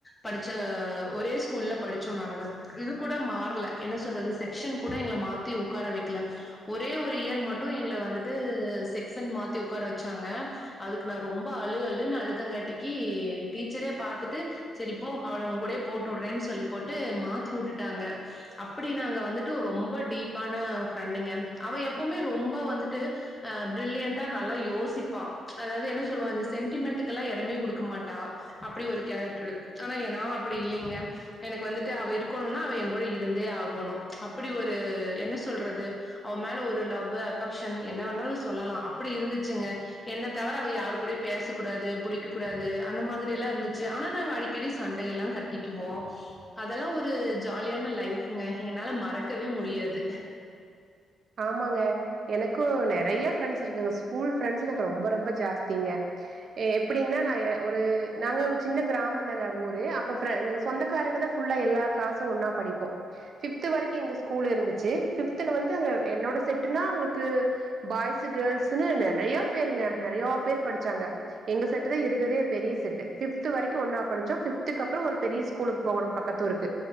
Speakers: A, on the left (about 15°); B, on the right (about 50°).
A: படிச்ச ஒரே ஸ்கூல்ல படிச்சோ நாங்க இது கூட மாறல என்ன சொல்றது செக்ஷன் கூட எங்கள மாத் தி உக்கார வைக்கல ஒரே ஒரு இயர் மட்டு எங்கள வந்துட்டு செக்சன் மாத்தி உக்கார வச்சாங்க அதுக்கு நா ரொம்ப அழுஅழுன்னு அழுதங்கட்டிக்கி டீச்சரே பாத்துட்டு சரிப்போ அவள உங்கூடயே போட்டு விடுறேனு சொல்லி போட்டு மாத்தி உட்டுட்டாங்க அப்டி நாங்க வந்துட்டு ரொம்ப டீப்பான ஃப்ரெண்டுங்க அவ எப்பமே ரொம்ப வந்துட்டு அ பிரில்லியண்டா நல்லா யோசிப்பா அதாவது என்ன சொல்லுவா இந்த சென்டிமெண்ட்டுகெல்லா எடமே குடுக் க மாட்டா அப்டி ஒரு கேரக்டரு ஆனா எ நா அப்டி இல்லங்க எனக்கு வந்துட்டு அவ இருக்கணும்னா அவ என் கூட இருந்தே ஆகணும் அப்படி ஒரு என்ன சொல்றது அவமேல ஒரு லவ்வு அஃபெக்ஷன் என்ன வேணாலும் சொல்லலாம் அப்படி இருந்துச்சுங்க என்ன தவிர அவ யாரு கூடயும் பேசக்கூடாது புடிக்க கூடாது அந்த மாதிரி எல்லாம் இருந்துச்சு ஆனா நாங்க அடிக்கடி சண்டையெல்லாம் கட்டிக்குவோம் அதெல்லாம் ஒரு ஜாலியான லைஃபுங்க என்னால மறக்கவே முடியாது
B: ஆமாங்க எனக்கும் நிறைய ஃப்ரெண்ட்ஸ் இருக்குங்க ஸ்கூல் ஃப்ரெண்ட்ஸ் எனக்கு ரொம்ப ரொம்ப ஜாஸ்திங்க எப்படினா நா எ ஒரு நாங்க சின்ன கிராம தாங்க ஊரு அப்ப சொந்தக்காரங்க தா புல்லா எல்லா கிளாஸ்ஸும் ஒன்னா படிப்போம் பிப்து வரைக்கும் எங்க ஸ்கூல் இருந்துச்சு பிப்துல வந்து அங்க என்னோட செட்டுனா அவங்களுக்கு பாய்ஸ் கேள்ஸ்ன்னு நிறைய பேருங்க நிறைய பேர் படிச்சாங்க எங்க செட்டு தான் இருக்கதுலேயே பெரிய செட்டு ஃபித்து வரைக்கும் ஒன்னா ஃப்துக்கு அப்புறம் ஒரு பெரிய ஸ்கூலுக்கு போகனு பக்கத்து ஊருக்கு